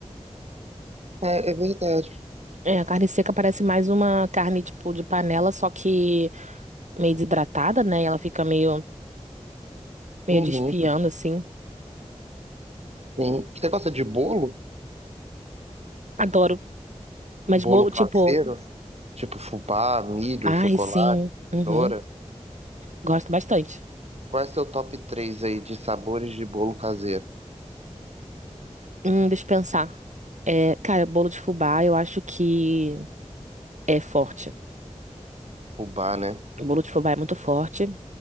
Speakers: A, on the right; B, on the right.
A: É, é verdade.
B: É, a carne seca parece mais uma carne tipo de panela, só que meio desidratada, né? E Ela fica meio meio
A: Uhum.
B: desfiando assim.
A: Sim. Você gosta de bolo?
B: Adoro. Mas
A: Bolo
B: bolo
A: caseiro?
B: tipo,
A: Tipo fubá, milho,
B: ai,
A: chocolate,
B: sim.
A: cenoura?
B: Uhum, gosto bastante.
A: Qual é seu top 3 aí de sabores de bolo caseiro?
B: Hum, deixa eu pensar. É, cara, bolo de fubá, eu acho que é forte.
A: Fubá, né?
B: O bolo de fubá é muito forte.